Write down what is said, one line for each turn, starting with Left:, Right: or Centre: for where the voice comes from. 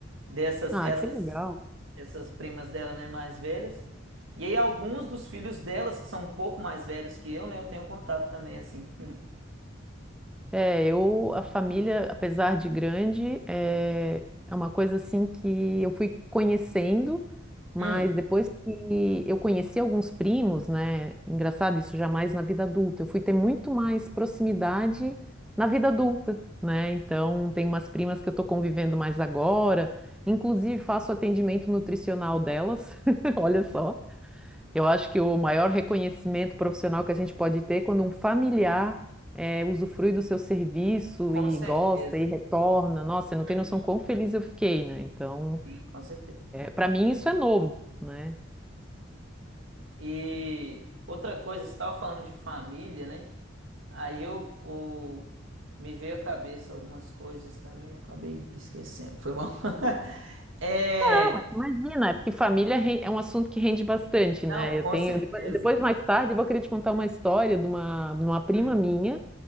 Right: Dessas,
Centre: Ah,
Right: essas,
Centre: que legal.
Right: essas primas dela, né, mais velhas. E aí, alguns dos filhos delas, que são um pouco mais velhos que eu, né, eu tenho contato também, assim. <laughs>
Centre: É, eu, a família, apesar de grande, é, é uma coisa assim que eu fui conhecendo, mas
Right: Hum,
Centre: depois que eu conheci alguns primos, né? Engraçado, isso jamais na vida adulta. Eu fui ter muito mais proximidade na vida adulta, né? Então, tem umas primas que eu tô convivendo mais agora, inclusive faço atendimento nutricional delas, <laughs> olha só. Eu acho que o maior reconhecimento profissional que a gente pode ter é quando um familiar eh, usufrui do seu serviço
Right: com
Centre: e
Right: certeza.
Centre: gosta e retorna. Nossa, você não tem
Right: Uhum.
Centre: noção quão feliz eu fiquei, né? Então,
Right: Sim, com certeza.
Centre: para mim isso é novo, né?
Right: E outra coisa, você estava falando de família, né? Aí eu, o- me veio à cabeça algumas coisas também, eu acabei esquecendo, foi mal. <laughs> É,
Centre: Ah, mas imagina, é porque família ren- é um assunto que rende bastante, né?
Right: não, com
Centre: Eu tenho,
Right: certeza.
Centre: depois, depois, mais tarde, eu vou querer te contar uma história de uma, de uma prima
Right: Hum.
Centre: minha